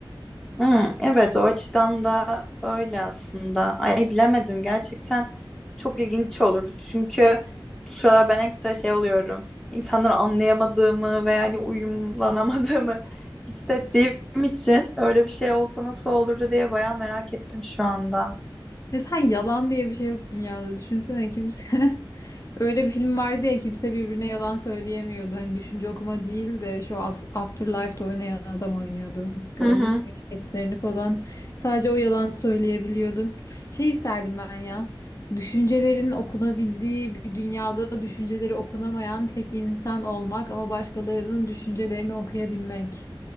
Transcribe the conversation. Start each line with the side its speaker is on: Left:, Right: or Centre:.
Centre: Hmm, evet o açıdan da öyle aslında. Ay bilemedim gerçekten çok ilginç olurdu. Çünkü bu sıralar ben ekstra şey oluyorum. İnsanları anlayamadığımı ve hani uyumlanamadığımı <laughs> hissettiğim için öyle bir şey olsa nasıl olurdu diye bayağı merak ettim şu anda.
Left: Ya sen yalan diye bir şey yok dünyada. Düşünsene kimse. <laughs> Öyle bir film vardı ya kimse birbirine yalan söyleyemiyordu. Hani düşünce okuma değil de şu Af- Afterlife'da oynayan adam oynuyordu. Gördün
Centre: Hı hı.
Left: mü kesitlerini falan. Sadece o yalan söyleyebiliyordu. Şey isterdim ben ya. Düşüncelerin okunabildiği bir dünyada düşünceleri okunamayan tek insan olmak ama başkalarının düşüncelerini okuyabilmek.